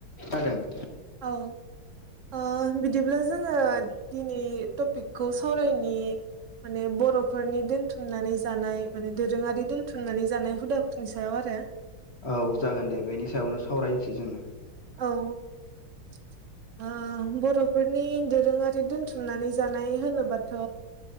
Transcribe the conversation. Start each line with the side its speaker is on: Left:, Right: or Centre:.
Left: खोनादों?
Right: औ ओ बिदिब्ला जोङो दिनै टपिकखौ सावरायनि माने बर'फोरनि दोनथुमनानै जानाय माने दोरोङारि दोनथुमनानै जानाय हुदाफोरनि सायाव आरो।
Left: औ जागोन दे बेनि सायावनो सावरायनोसै जोङो।
Right: औ बर'फोरनि दोरोङारि दोनथुमनानै जानाय होनोबाथ'